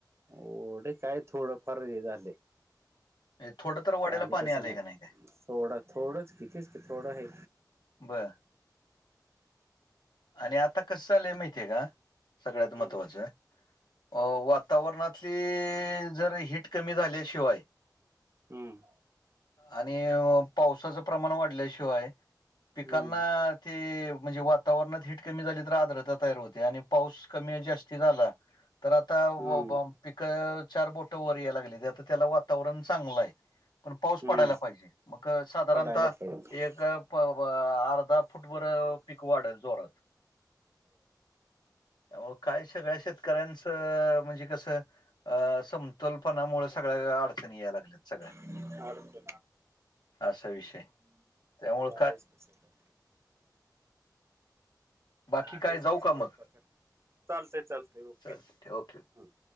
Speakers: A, on the right (about 40°); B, on the left (about 75°).
A: ओढ काय थोड फार हें झालंय.
B: म्हणजे थोडं तर ओढ्याला
A: पाणी तसं
B: आलंय
A: नाय
B: का नाही काय
A: थोडं थोडंच कि तेच कि थोडं हाय
B: बर. आणि आता कसं झालंय माहितीय का सगळ्यात
A: हम्म
B: महत्त्वाचं अ वातावरणातली जर हीट कमी झाल्याशिवाय <unintelligible>
A: हम्म
B: आणि पावसाचं प्रमाण वाढल्याशिवाय
A: हम्म
B: पिकांना
A: हम्म
B: ते म्हणजे वातावरणात हीट कमी झाली तर आर्द्रता तयार होते आणि पाऊस कमी जास्ती झाला तर आता
A: हम्म
B: ब ब पिक चार बोटं वर यायला लागलीत आता त्याला वातावरण चांगलं हाय. पण पाऊस
A: हम्म
B: पडायला पाहिजे मग साधारणतः
A: पडायला पाहिजे
B: एक प वं अर्धा फुट भर पिक वाढल जोरात आवो काय सगळ्या शेतकऱ्यांचं म्हणजे कसं अ समतोलपणामुळे सगळ्या अडचणी यायला लागल्यात सगळ्या
A: <unintelligible>
B: असा विषय त्यामुळ
A: बेस तस तर
B: बाकी
A: झालंच
B: काय जाऊ
A: तसं
B: का मग
A: त्या प्रकार चालत चालतय ओके
B: चालते ओके
A: ह